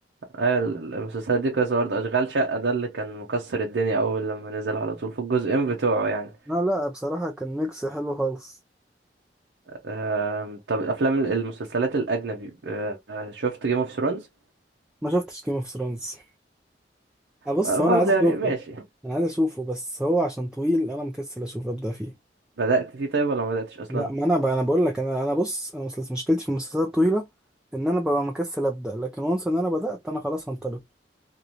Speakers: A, on the right; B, in the centre.
A: آه، المسلسلات دي كويسة برضه أشغال شقة ده اللي كان مكسر الدنيا أول لما نزل على طول في الجزئين بتوعه يعني
B: لا لا بصراحة كان ميكس حلو خالص
A: آم، طب الأفلام المسلسلات الأجنبي آه، شفت جيم اوف ثرونز
B: ما شفتش جيم اوف ثرونز ابص
A: برضه
B: هو انا لا عايز خطير
A: يعني
B: اشوفه
A: ماشي
B: انا عايز اشوفه بس هو عشان طويل انا مكسل اشوف ابدا فيه
A: بدأت فيه طيب ولا ما بدأتش أصلا؟
B: لا ما انا بقى انا بقول لك انا انا بص انا مسلسل مشكلتي في المسلسلات الطويلة ان انا ببقى مكسل ابدا لكن وانس ان انا بدات انا خلاص هنطلق